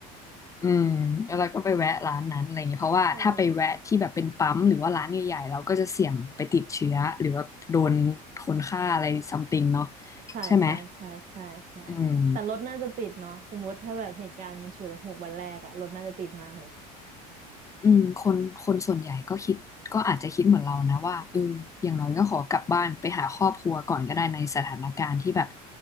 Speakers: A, on the left; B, on the right.
A: อืมแล้วเราก็ไปแวะร้านนั้นอะไรอย่างเงี้ยเพราะว่าถ้าไปแวะที่แบบเป็นปั๊มหรือว่าร้านใหญ่ๆเราก็จะเสี่ยงไปติดเชื้อหรือว่าโดนคนฆ่าอะไรซัมติงเนาะ
B: ใช่ใช่ใช่ใช่ใช่ใช่
A: ใช่ไหมอืม
B: แต่รถน่าจะติดเนาะสมมติถ้าแบบเหตุการณ์มันฉุกละหุกวันแรกอะรถน่าจะติดมากเลย
A: อืมคนคนส่วนใหญ่ก็คิดก็อาจจะคิดเหมือนเรานะว่าเอออย่างน้อยก็ขอกลับบ้านไปหาครอบครัวก่อนก็ได้ในสถานการณ์ที่แบบ